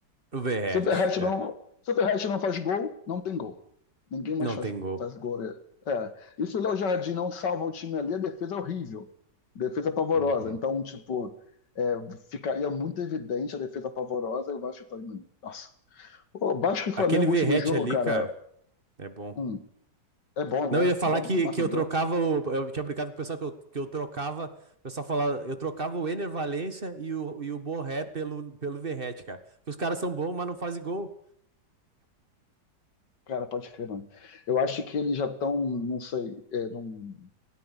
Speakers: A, on the right; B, on the left.
A: O Verratti,
B: Superhat
A: é,
B: não, Superhat não faz gol, não tem gol. Ninguém mais
A: não
B: faz,
A: tem gol.
B: faz gol. né? É. E se o Léo Jardim não salva o time ali, a defesa é horrível. Defesa pavorosa.
A: Uhum.
B: Então, tipo, é, ficaria muito evidente a defesa pavorosa e o Vasco tá. Nossa. O Vasco e Flamengo,
A: Aquele Verratti
B: último jogo,
A: ali,
B: cara.
A: cara, é bom.
B: Hum, é bom, é bom.
A: Não, eu ia falar
B: Bom
A: que,
B: matador.
A: que eu trocava o. Eu tinha brincado com o pessoal que eu, que eu trocava. O pessoal falava, eu trocava o Ener Valencia e o, e o Borré pelo, pelo Verratti, cara. Porque os caras são bons, mas não fazem gol.
B: Cara, pode crer, mano. Eu acho que eles já estão, não sei, é, num